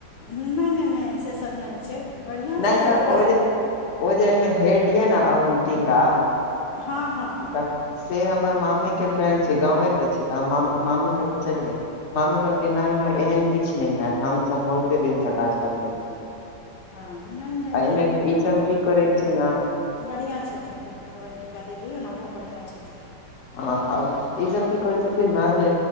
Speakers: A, on the left (about 70°); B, on the left (about 45°).
A: नहि नहि नहि से सब नहि छै बढ़िआँ
B: नहि
A: छै
B: तऽ
A: गोटा
B: ओ
A: सभ
B: जे ओ जैमे हेड यऽ ने अवन्तिका
A: हँ हँ हॅ
B: तऽ से हमर मामी के फ्रेंड छै गावे के छै तऽ हम मामी से पुछलिए माम्मी कहलकै नहि नहि एहन किछु नहि हैत हमसभ बहुते दिन से काज क रहल छिऐ
A: हँ नहि नहि
B: एहि मे ई सब की करै छियै ना
A: बढ़िया छथिन वन्तिका दीदी ओनाहो बढ़ियाँ छथिन
B: हँ आब ई सब की करै छथिन ना जे